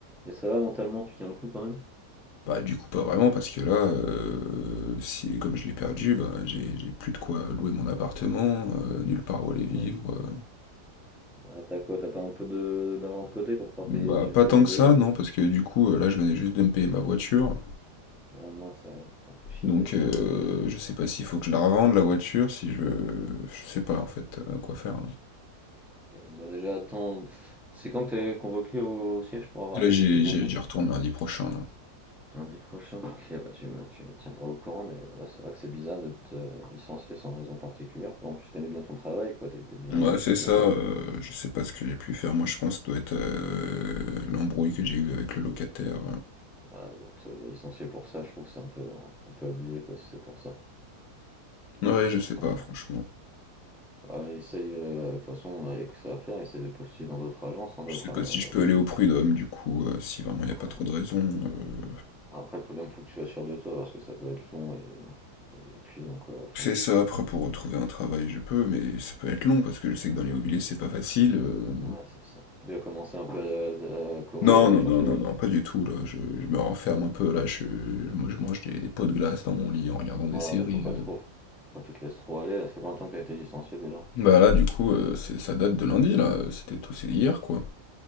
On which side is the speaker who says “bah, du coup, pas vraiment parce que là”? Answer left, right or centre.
Left